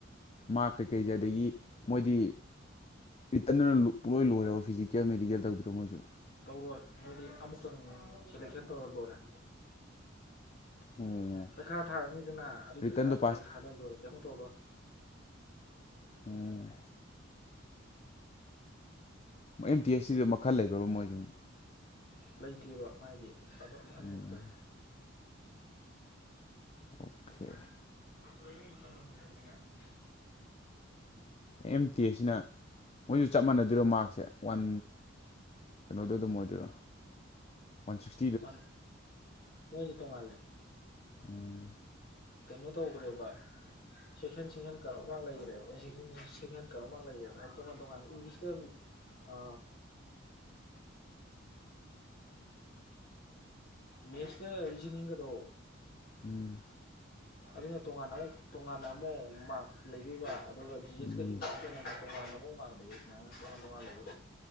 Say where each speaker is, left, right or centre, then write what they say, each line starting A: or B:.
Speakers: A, on the left (about 30°); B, on the left (about 50°).
A: ꯃꯥꯔ ꯀꯩꯀꯩꯁꯦ ꯑꯗꯒꯤ ꯃꯣꯏꯗꯤ ꯔꯤꯇꯟꯗꯨꯅ ꯂꯣꯏ ꯂꯣꯏꯔꯦꯕ ꯐꯤꯖꯤꯀꯦꯜ ꯃꯦꯗꯤꯀꯦꯜ ꯇꯧꯗꯣꯏꯔꯣ ꯃꯣꯏꯁꯨ
B: ꯇꯧꯔꯣꯏ ꯃꯣꯏꯗꯤ ꯑꯃꯨꯛꯇꯪ ꯁꯦꯂꯦꯛꯁꯟ ꯇꯧꯔ ꯂꯣꯏꯔꯦ
A: ꯑꯣ
B: ꯄꯩꯈꯥ ꯊꯥꯔꯅꯤꯗꯅ ꯑꯗꯨꯏ
A: ꯔꯤꯇꯟꯗꯣ
B: ꯄꯩꯈꯥꯗꯨꯗ
A: ꯄꯥꯁ
B: ꯍꯦꯛ ꯈꯜꯂ ꯂꯣꯏꯔꯦ ꯀꯩꯃꯨꯛ ꯇꯧꯔꯣꯏ
A: ꯎꯝ ꯣꯏ ꯑꯦꯝ ꯇꯤ ꯑꯦꯁ ꯁꯤꯗ ꯃꯈꯜ ꯂꯩꯕ꯭ꯔꯕ ꯃꯣꯏꯁꯨ ꯑꯃ
B: ꯂꯩꯇꯦꯕ ꯃꯥꯥꯏꯗꯤ ꯑꯗꯨꯝꯕ
A: ꯑꯣꯀꯦ
B: ꯈꯛꯇꯅꯤ
A: ꯑꯣꯀꯦ
B: ꯆꯝꯔ
A: ꯑꯦꯝ ꯇꯤ ꯑꯦ ꯁꯤꯅ ꯃꯣꯏꯁꯨ ꯆꯞ ꯃꯥꯟꯅꯗꯣꯏꯔꯣ ꯃꯥꯔꯛꯁꯦ ꯋꯥꯟ ꯀꯩꯅꯣꯗꯣ ꯑꯗꯨꯝ ꯑꯣꯏꯗꯣꯏꯔꯥ ꯋꯥꯟ ꯁꯤꯛꯁ
B: ꯃ ꯃꯣꯏꯗꯤ ꯇꯉꯥꯂꯦ
A: ꯎꯝ
B: ꯀꯩꯅꯣ ꯇꯧꯈ꯭ꯔꯦꯕ ꯆꯦꯛꯁꯟ ꯆꯦꯛꯁꯟ ꯀꯔꯃꯥꯡ ꯂꯩꯈ꯭ꯔꯦꯕ ꯦꯛꯁꯟ ꯀꯩꯅꯣꯃꯛ ꯂꯩ ꯇꯣꯉꯥꯟ ꯇꯣꯉꯥꯟꯅ ꯏꯪꯂꯤꯁꯇ ꯑ ꯃꯦꯠꯁꯀ ꯔꯤꯖꯅꯤꯡꯒꯗꯣ
A: ꯎꯝ
B: ꯑꯗꯨꯅ ꯇꯣꯉꯥꯟꯅ ꯑꯃꯨꯛ ꯇꯣꯉꯥꯟꯅ ꯑꯃꯨꯛ ꯃꯥꯔꯛ ꯂꯩꯕꯤꯕ ꯑꯗꯨꯒ ꯖꯤ ꯑꯦꯁꯀ
A: ꯎꯝ
B: ꯏꯪꯂꯤꯁꯀꯅ ꯇꯣꯉꯥꯟꯥꯟꯕ ꯃꯥꯎ ꯃꯥꯡ ꯂꯩꯕ ꯁꯨꯃꯅ ꯇꯣꯉꯥꯟ ꯇꯣꯉꯥꯟ ꯂꯩꯕ